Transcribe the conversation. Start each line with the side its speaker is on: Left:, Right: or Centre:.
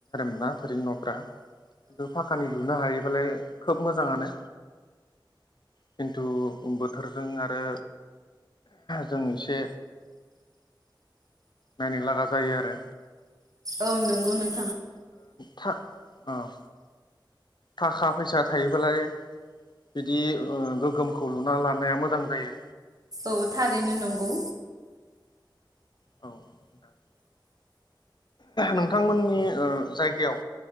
Left: मा थोरिनि न'फ्रा खिन्थु फाखानि लुनो हायोबालाय खोब मोजाङानो खिन्थु बोथोरजों आरो जों एसे नायनो लागा जायो आरो
Right: औ नंगौ नंगौ
Left: था औ थाखा फैसा थायोब्लाालाय बिदि गोगोमखौ लुना लानाया मोजां जायो
Right: औ थारैनो नंगौ
Left: औ <unintelligible> नोंथांमोननि ओ जायगायाव